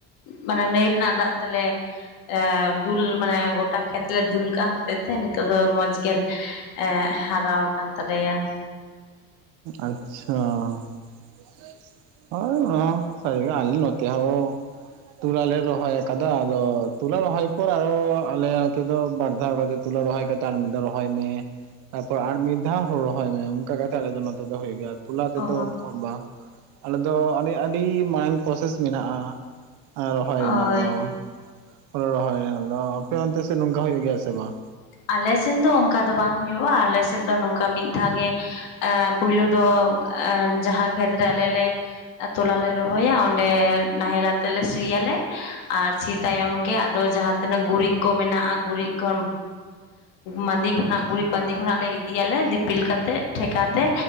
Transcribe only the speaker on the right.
ᱟᱪᱪᱷᱟ ᱾ ᱦᱳᱭ ᱱᱚᱣᱟ <unintelligible> ᱱᱚᱛᱮ ᱦᱚᱸ᱾ ᱛᱚᱲᱟ ᱞᱮ ᱨᱚᱦᱚᱭ ᱟᱠᱟᱫᱟ ᱟᱫᱚ ᱛᱚᱞᱟ ᱨᱚᱦᱚᱭ ᱯᱚᱨ ᱟᱨᱚ ᱟᱞᱮ ᱱᱚᱛᱮ ᱫᱚ ᱵᱟᱨ ᱫᱷᱟᱣ ᱠᱟᱛᱮᱫ ᱛᱚᱞᱟ ᱨᱚᱦᱚᱭ ᱠᱟᱛᱮᱜ ᱟᱨ ᱢᱤᱫ ᱫᱷᱟᱣ ᱨᱚᱦᱚᱭ ᱢᱮ ᱛᱟᱯᱚᱨ ᱟᱨ ᱢᱤᱫ ᱫᱷᱟᱣ ᱨᱚᱦᱚᱭ ᱢᱮ ᱚᱱᱠᱟ ᱠᱟᱛᱮ ᱟᱞᱮ ᱫᱚ ᱱᱚᱛᱮ ᱫᱚ ᱦᱩᱭᱩᱜ ᱜᱮᱭᱟ ᱛᱩᱞᱟ ᱛᱮᱫᱚ
ᱵᱟᱝ᱾ ᱟᱞᱮ ᱫᱚ ᱟᱹᱰᱤ ᱟᱹᱰᱤ ᱢᱟᱨᱟᱝ ᱯᱨᱚᱥᱮᱥ ᱢᱮᱱᱟᱜᱼᱟ ᱦᱟᱸ ᱨᱚᱦᱚᱭ
ᱨᱮᱱᱟᱜ ᱫᱚ ᱾ ᱦᱳᱲᱳ ᱨᱚᱦᱚᱭ ᱨᱮᱱᱟᱜ ᱫᱚ ᱟᱯᱮ ᱚᱱᱛᱮ ᱥᱮᱫ ᱱᱚᱝᱠᱟ ᱦᱩᱭᱩᱜ ᱜᱮᱭᱟ ᱥᱮ ᱵᱟᱝ?